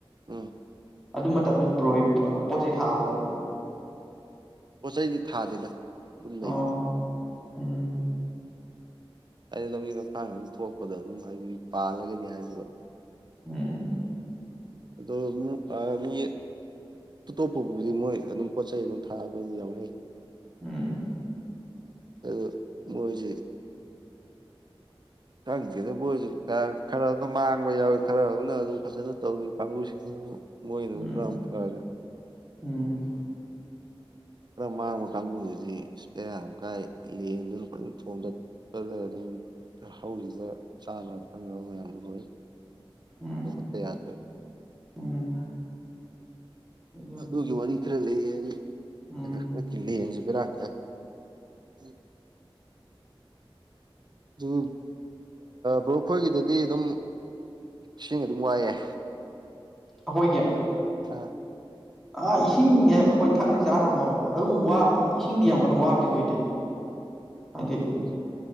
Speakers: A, on the right; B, in the centre.
A: ꯎꯝ
B: ꯑꯗꯨ ꯃꯇꯝꯗꯨ ꯕ꯭ꯔꯣꯏ ꯄꯣꯠ ꯆꯩꯩ ꯊꯥꯕ꯭ꯔꯣ
A: ꯄꯣꯠ ꯆꯩꯩꯗꯤ ꯊꯥꯗꯦꯗ ꯑꯗꯨꯝ ꯂꯩꯌꯦ
B: ꯑꯣ ꯎꯝ
A: ꯑꯩ ꯂꯝꯕꯤ ꯂꯝꯈꯥꯡ ꯑꯗꯨ ꯊꯣꯛꯄꯗ ꯑꯗꯨꯝ ꯍꯥꯏꯗꯤ ꯄꯥꯜꯂꯒꯗꯤ ꯍꯥꯏꯕ ꯋꯥꯅꯤ
B: ꯎꯝ
A: ꯑꯗꯣ ꯃꯨꯛ ꯑ ꯃꯤ ꯇꯣꯞꯇꯣꯞꯄꯕꯨꯗꯤ ꯃꯣꯏ ꯑꯗꯨꯝ ꯄꯣꯠ ꯆꯩ ꯑꯗꯨꯝ ꯊꯥꯕ ꯌꯥꯎꯅꯩ
B: ꯎꯝ
A: ꯑ ꯃꯣꯏꯁꯤ ꯈꯪꯗꯦꯗꯕꯨ ꯑꯣꯏꯔꯁꯨ ꯈꯔ ꯑꯃꯅ ꯃꯥꯡꯕ ꯌꯥꯎꯏꯤ ꯈꯔ ꯑꯃꯅ ꯑꯗꯨꯝ ꯐꯖꯅ ꯇꯧꯏ ꯀꯥꯡꯕꯨꯁꯤꯡ ꯃꯣꯏꯅ ꯑꯃꯨꯛ
B: ꯎꯝ
A: ꯈꯔ ꯑꯃ ꯐꯔꯦ
B: ꯎꯝ
A: ꯈꯔ ꯃꯥꯡꯕ ꯀꯥꯡꯕꯨꯗꯨꯗꯤ ꯏꯁ ꯕ‌ꯦꯔꯥ ꯌꯥꯝ ꯀꯥꯏ ꯂꯦꯡꯗꯨꯅ ꯐꯖꯅ ꯊꯣꯝꯂꯠ ꯈꯗ ꯑꯗꯨꯝ ꯍꯧꯔꯤꯕ ꯆꯥꯅꯕ ꯊꯛꯅꯕ ꯃꯌꯥꯝꯗꯨ ꯂ‌ꯣꯏ
B: ꯎꯝ
A: ꯂꯧꯈꯠꯄ ꯌꯥꯗ꯭ꯔ‌ꯦꯕ
B: ꯎꯝ ꯎꯝ
A: ꯑꯗꯨꯒꯤ ꯋꯥꯔꯤ ꯈꯔ ꯂꯩꯌꯦ
B: ꯎꯝ
A: ꯍꯟꯗꯛꯀꯤ ꯂꯦꯟꯁꯤ ꯈꯔ ꯕ‌ꯦꯔꯥ ꯀꯥꯏ ꯎꯝ ꯑꯗꯨꯝ ꯕ꯭ꯔꯣꯛꯈꯣꯏꯒꯤꯗꯗꯤ ꯑꯗꯨꯝ ꯏꯁꯤꯡ ꯑꯗꯨꯝ ꯋꯥꯏꯌ‌ꯦ
B: ꯑꯩꯈꯣꯏꯒꯤ
A: ꯑꯥ
B: ꯑꯥ ꯏꯁꯤꯡꯁꯦ ꯑꯩꯈꯣꯏ ꯊꯛꯅ ꯆꯥꯅꯕ ꯑꯗꯨꯝ ꯏꯁꯤꯡꯗꯤ ꯌꯥꯝ ꯀꯟꯅ ꯋꯥꯕꯗꯤ ꯑꯣꯏꯗꯦ ꯍꯥꯏꯗꯤ
A: ꯎꯝ